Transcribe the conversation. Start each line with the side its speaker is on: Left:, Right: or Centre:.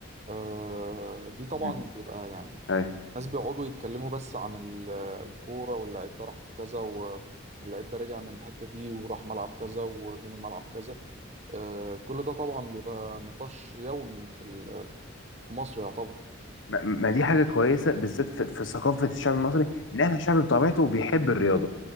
Right: آه، دي طبعا
Left: مم.
Right: بيبقى يعني
Left: ايوه
Right: ناس بيقعدوا يتكلموا بس عن ال- الكوره واللعيب ده راح في كذا و- واللعيب ده رجع من الحته دي وراح ملعب كذا وجه من ملعب كذا آه، كل ده طبعا بيبقى نقاش يومي في ال- في مصر يعتبر
Left: ما ما دي حاجه كويسه بالذات في في ثقافه الشعب المصري ان احنا شعب بطبيعته بيحب الرياضه